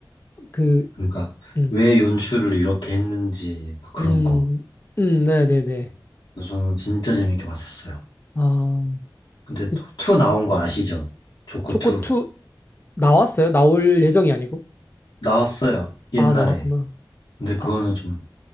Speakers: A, on the left; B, on the left.
A: 그,
B: 그러니까,
A: 음,
B: 왜 연출을 이렇게 했는지, 막 그런
A: 음,
B: 거.
A: 음, 네네네.
B: 그래서 저는 진짜 재밌게 봤었어요.
A: 아,
B: 근데
A: 그,
B: 또, 투 나온
A: 음.
B: 거 아시죠? 조커
A: 조커
B: 2.
A: 2 나왔어요? 나올 예정이 아니고?
B: 나왔어요, 옛날에.
A: 아, 나왔구나.
B: 근데 그거는
A: 아,
B: 좀